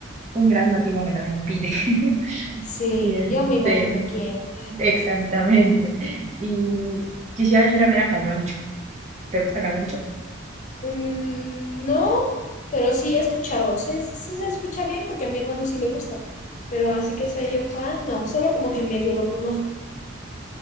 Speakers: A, on the right; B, on the left.
A: un gran motivo me lo impide. <laughs>
B: Sí,
A: Y este,
B: yo me imagino quién.
A: exactamente. Y quisiera yo ir a ver a Caloncho. ¿Te gusta Caloncho?
B: Mm, no, pero sí he escuchado. Se, se, se escucha bien porque a mi hermano sí le gusta. Pero así que sea yo fan, no, solo como que medio lo conozco.